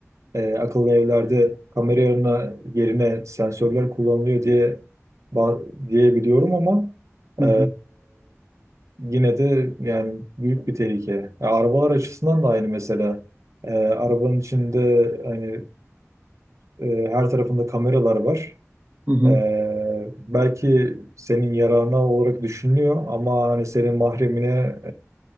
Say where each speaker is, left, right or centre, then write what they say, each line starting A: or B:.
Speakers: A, on the right (about 75°); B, on the right (about 35°).
A: e, akıllı evlerde kamera yerine, yerine sensörler kullanılıyor diye ba- diye biliyorum ama
B: Hı
A: e,
B: hı,
A: yine de yani büyük bir tehlike. Ya arabalar açısından da aynı mesela. E, arabanın içinde hani e, her tarafında kameralar var.
B: hı hı.
A: Ee, belki senin yararına olarak düşünülüyor ama hani senin mahremine